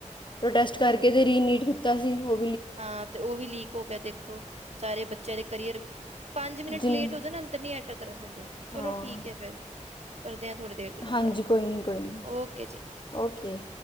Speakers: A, on the left (about 40°); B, on the right (about 55°).
A: ਪ੍ਰੋਟੈਸਟ ਕਰਕੇ
B: ਹੋਰ
A: ਤਾਂ ਰੀਨੇਟ ਕੀਤਾ ਸੀ, ਓ।
B: ਹਾਂ ਤੇ ਓ ਵੀ ਲੀਕ ਹੋ ਗੇਆ ਦੇਖੋ, ਵਿਚਾਰੇ ਬੱਚੇਆਂ ਦੇ ਕਰੀਅਰ ਪੰਜ ਮਿੰਟ
A: ਜਿਨ
B: ਲੇਟ ਹੋ ਜਾ ਅੰਦਰ ਨਈ ਐਂਟਰ ਕਰਨ ਦਿੰਦੇ, ਚਲੋ
A: ਹਾਂ
B: ਠੀਕ ਏ ਫੇਰ ਕਰਦੇ ਆਂ ਥੋੜ੍ਹੀ ਦੇਰ ਤੀਕਨ
A: ਹਾਂਜੀ
B: ਗੱਲ
A: ਕੋਈ ਨਈ, ਕੋਈ ਨਈ
B: ਓਕੇ ਜੀ
A: ਓਕੇ।